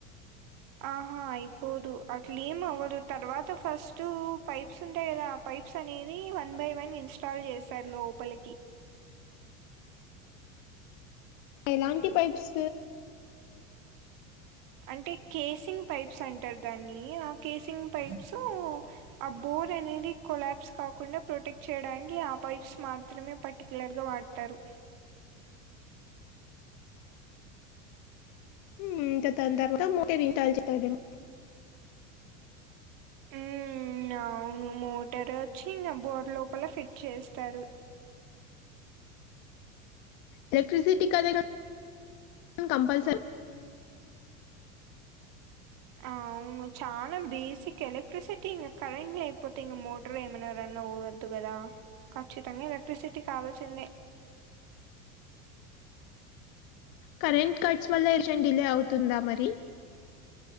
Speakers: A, on the right; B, on the left.
A: ఆహా అయిపోదు అట్లే ఏం అవ్వదు తర్వాత ఫస్ట్ పైప్స్ ఉంటాయి కదా పైప్స్ అనేది వన్ బై వన్ ఇన్స్టాల్ చేస్తారు లోపలికి
B: ఎలాంటి పైప్స్
A: అంటే కేసింగ్ పైప్స్ అంటారు దాన్ని ఆ కేసింగ్ పైప్స్సూ ఆ బోర్ అనేది కొలాప్స్ కాకుండా ప్రొటెక్ట్ చేయడానికి ఆ పైప్స్ మాత్రమే పర్టికులర్ గా వాడ్ తరు
B: హ్మ్ ఇంక దాని తర్వాత మోటర్ <unintelligible>
A: మ్మ్ అవును మోటార్ వచ్చి ఇంగ బోర్ లోపల ఫిట్ చేస్తారు
B: ఎలెక్ట్రసిటీ కదేగా కంపల్సరీ
A: అవును చాలా బేసిక్ ఎలెక్ట్రిసిటీ ఇంగ కరెంట్ లేకపోతే ఇంగ మో ట్ర్ ఏమన్న రన్ అవ్వద్దు కదా ఖచ్చితంగా ఎలక్ట్రిసిటీ కావాల్సిందే
B: కరెంట్ కట్స్ వల్ల ఏషన్ డిలే అవుతుందా మరి